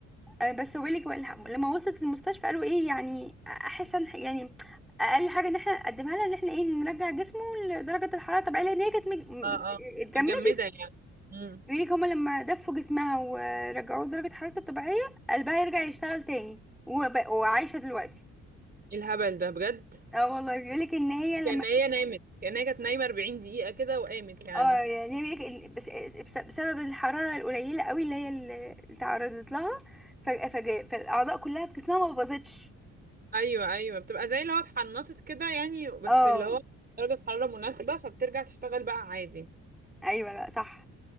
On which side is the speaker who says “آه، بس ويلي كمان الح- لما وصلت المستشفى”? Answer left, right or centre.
Centre